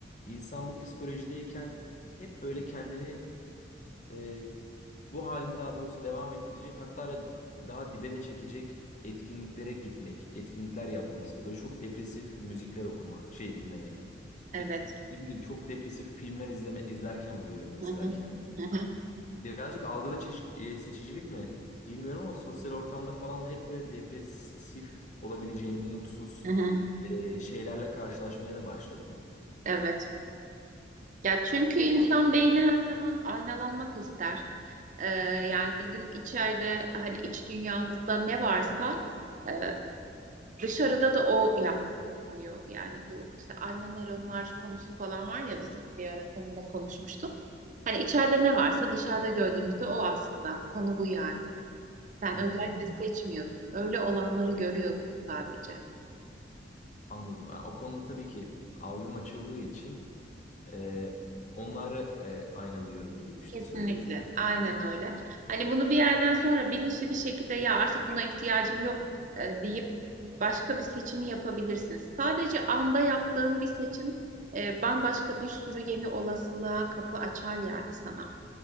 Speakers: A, on the left (about 40°); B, on the right (about 45°).
A: insan bu psikolojideyken hep böyle kendini e, bu halini daha doğrusu devam ettirecek hatta ve daha dibe de çekecek etkinliklere gitmek, etkinlikler yapmak istiyor. Böyle çok depresif müzikler okumak, şey dinlemek. İşte
B: Evet,
A: ne bileyim çok depresif filmler izleme izlerken buluyorum mesela
B: hı hı
A: kendimi.
B: hı hı.
A: Birazcık algıda çeşit, e, seçicilik mi bilmiyorum ama sosyal ortamda falan da hep böyle depresif olabileceğim, umutsuz
B: hı hı.
A: e, şeylerle karşılaşmaya da başladım.
B: evet. Ya çünkü insan beyni her zaman aynalanmak ister. Ee, yani bizim içeride hani iç dünyamızda ne varsa e, dışarıda da o yansıyor. Yani bu işte ayna nöronlar konusu falan var ya biz bir ara seninle konuşmuştuk. Hani içeride ne varsa dışarıda gördüğümüzde o aslında. Konu bu yani. Sen
A: He,
B: özellikle seçmiyorsun. Öyle olanları görüyorsun sadece.
A: anladım. Ha, O konuda tabii ki algım açıldığı için Ee, onları e, aynalıyorum gibi düşün,
B: Kesinlikle.
A: söylüyorsun değil
B: Aynen
A: mi?
B: öyle. Hani bunu bir yerden sonra bilinçli bir şekilde ya artık buna ihtiyacım yok e, deyip başka bir seçimi yapabilirsiniz. Sadece anda yaptığın bir seçim e, bambaşka bir sürü yeni olasılığa kapı açar yani sana.